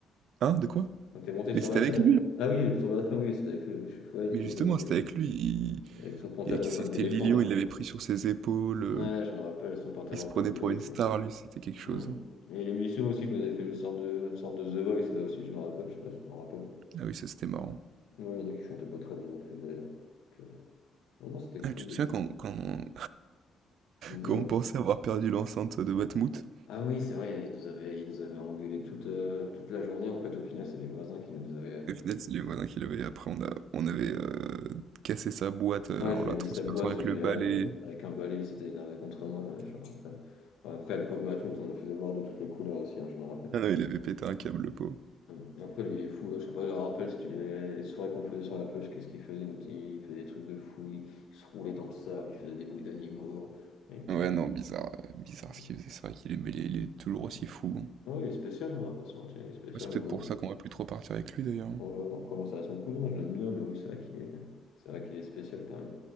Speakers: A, on the right (about 70°); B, on the left (about 80°).
A: Hein, de quoi?
B: On était monté sur
A: Mais c'était
B: la scène
A: avec
B: avec.
A: lui. là.
B: Ah oui, le tour de la fin, oui, c'était avec lui. oui, Je suis fou, ouais, il
A: Mais
B: était,
A: justement,
B: il était
A: c'était
B: fou.
A: avec lui. Il...
B: Avec son pantalon
A: il y a-
B: en
A: C'était
B: pote d'éléphant,
A: Lilian,
B: là.
A: il l'avait pris sur ses épaules. euh,
B: Ouais, je me rappelle, son pantalon
A: Il se
B: en
A: prenait
B: pote d'éléphant.
A: pour une star, lui. C'était quelque chose.
B: Hmm.
A: hein.
B: Et l'émission aussi, qu'on avait fait le sorte de, sorte de The Voice, là aussi, je me rappelle. Je sais pas si tu t'en rappelles.
A: Ah oui, ça c'était marrant.
B: Oui, il y en a qui chantaient pas très bien en plus, d'ailleurs. Donc, euh, oh non, c'était cool.
A: Ah, tu te souviens quand, quand... <laughs>
B: Dis-moi.
A: quand on pensait avoir perdu l'enceinte de Batmouth?
B: Ah oui, c'est vrai, ils nous avaient, ils nous avaient engueulés toute, euh, toute la journée. En fait, au final, c'est les voisins qui nous avaient. euh,
A: Au final, c'est les voisins qui l'avaient. Après, on a, on avait euh, cassé sa boîte euh,
B: Ouais,
A: en
B: je lui
A: la
B: ai mis
A: transperçant
B: sa boîte,
A: avec
B: je lui
A: le balai.
B: euh, avec un balai, il s'était énervé contre moi, ouais, je me rappelle. Bon, Après, le pauvre Matmout, on le faisait voir de toutes les couleurs aussi, hein, je me rappelle.
A: Ah non, il avait pété un câble, le pauvre.
B: Mm. Après, lui, il est fou, hein, je sais pas, je me rappelle si tu- les soirées qu'on faisait sur la plage, qu'est-ce qu'il faisait? Il, nous- il faisait des trucs de fou, il, il se roulait dans le sable, il faisait des bruits d'animaux. Il était...
A: Ouais, non, bizarre, euh, bizarre
B: il-
A: ce qu'il faisait. C'est vrai qu'il est, mais il est, il est toujours aussi
B: il-
A: fou. hein.
B: Ouais, il est spécial, on va pas se mentir, il est spécial,
A: Ouais, C'est peut-être
B: mais bon,
A: pour ça qu'on va plus trop partir avec lui, d'ailleurs. hein.
B: Oh, oh, Après, bon, ça reste mon cousin, je l'aime bien, mais oui, c'est vrai qu'il est... c'est vrai qu'il est spécial quand même.